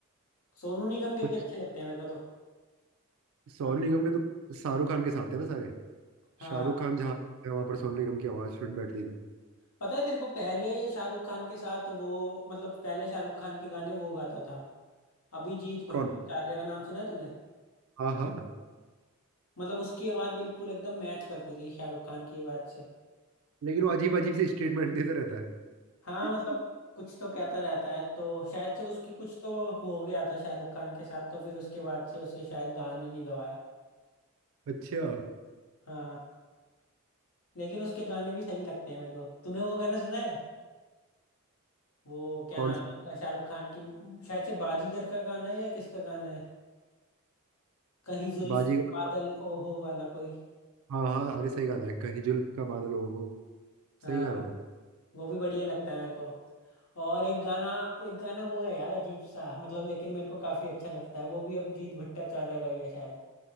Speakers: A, on the left; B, on the right.
A: सोनू निगम
B: कुछ
A: के भी अच्छे लगते हैं मेरे को तो
B: सोनू निगम के तो शाहरुख खान के साथ है ना सारे
A: हाँ
B: शाहरुख खान जहाँ है वहां पर सोनू निगम की आवाज फिट बैठती थी
A: पता है तेरे को पहले शाहरुख खान के साथ वो मतलब पहले शाहरुख खान के गाने वो गाता था अभिजीत भट्टाचार्य
B: कौन
A: का नाम सुना है तूने
B: हाँ हाँ
A: मतलब उसकी आवाज बिल्कुल एकदम मैच करती थी शाहरुख खान की आवाज से
B: लेकिन वो अजीब अजीब से स्टेटमेंट देता रहता है
A: हाँ
B: <laughs>
A: मतलब कुछ तो कहता रहता है तो शायद से उसकी कुछ तो हो गया था शाहरुख खान के साथ तो फिर उसके बाद से उसे शायद गाने नहीं गवाया
B: अच्छा
A: हाँ लेकिन उसके गाने भी सही लगते हैं मेरे को तूने वो गाना सुना है वो क्या
B: कौन
A: नाम
B: सा
A: है उसका? शाहरुख खान की शायद से बाजीगर का गाना है या किसका गाना है कहीं जुल्फ
B: बाजीगर
A: बादल ओहो वाला कोई
B: हाँ हाँ अरे सही गाना है कहीं जुल्फ का बादल ओ हो
A: हाँ।
B: सही गाना है वो
A: वो भी बढ़िया लगता है मेरे को और एक गाना एक गाना वो है यार अजीब सा मतलब लेकिन मेरे को काफी अच्छा लगता है वो भी अभिजीत भट्टाचार्य का ही है शायद